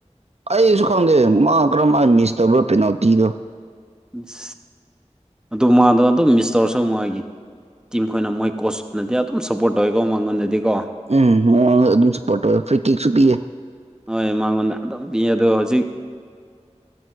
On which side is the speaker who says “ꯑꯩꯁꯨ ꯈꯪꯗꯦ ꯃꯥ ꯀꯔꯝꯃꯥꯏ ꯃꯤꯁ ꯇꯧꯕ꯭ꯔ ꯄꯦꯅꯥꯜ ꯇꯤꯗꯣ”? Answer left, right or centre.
Right